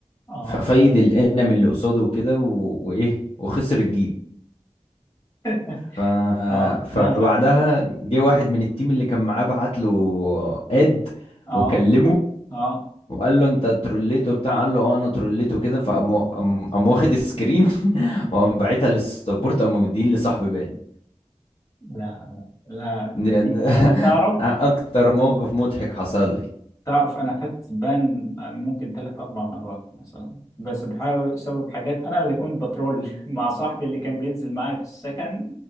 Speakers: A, on the left (about 30°); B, on the left (about 50°).
A: اه
B: ففايد الانم اللي قصاده وكده و- وايه وخسر الجيم
A: <laughs>
B: ف...
A: اه
B: فبعدها
A: فاهمك
B: جه واحد من التيم اللي كان معاه بعت له اد
A: اه
B: وكلمه
A: اه
B: وقال له انت تروليته بتاع قال له اه انا تروليته كده فقام قام قام واخد السكرين <laughs> وقام باعتها للسبورت قام مدين لصاحبي بان
A: لا لا لا،
B: دي-
A: تصدق
B: <laughs>
A: انا تعرف
B: اكتر موقف مضحك حصل لي
A: تعرف انا خدت بان ممكن ثلاث اربع مرات مثلا بس بحاول بسبب حاجات انا اللي كنت بترول <laughs> مع صاحبي اللي كان بينزل معايا في السكن